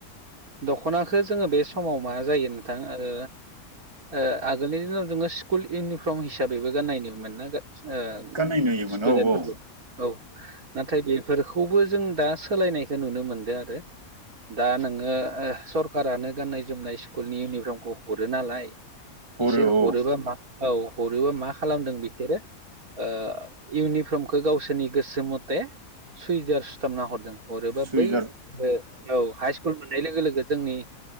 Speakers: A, on the right; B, on the right.
A: दख'नाखौ जोङो बे समाव मा जायो नोंथां ओ ओ आगोलनि दिनाव जोङो स्कुल इउनिफर्म हिसाबैबो गाननायनो नुयोमोन, ओ
B: गाननाय नुयोमोन
A: स्टुदेन्टफोरखौ
B: औ औ
A: औ नाथाय बे, बेफोरखौबो जों दा सोलायनायखौ नुनो मोनदों आरो दा नोङो ओ सरकारानो गाननाय जोमनाय स्कुलनि इउनिफर्मखौ हरो नालाय।
B: हरो
A: बिसोर
B: औ
A: हरोबा मा औ हरोबा मा खालामदों बिसोरो। ओ इउनिफर्मखौ गावसोरनि गोसो मथे सुइदार सुथाबना हरदों, हरोबा
B: सुइजार
A: बै ओ औ हाइस्कुल, नाय लोगो लोगो जोंनि